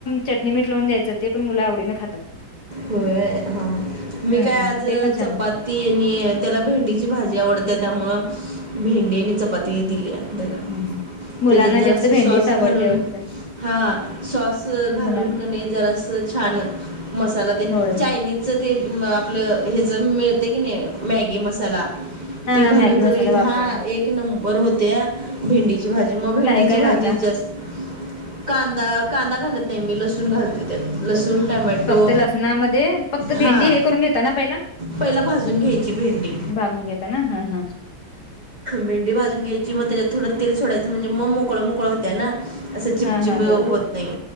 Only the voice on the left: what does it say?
चटणी, मीठ लावून द्यायचं ते पण मुलं आवडीनं खातात.
हम्म
ते पण छान
होत
हम्म मुलांना
जास्त भेंडीच
आवडते
वाटत
मुलां
होय
हा
हा
मॅगी मसाला
वापरते
काय काय घालता
फक्त लसूना मध्ये फक्त भेंडी
हे करून घेताना पहिला
भाबून घेताना हा हा.
हा हा होय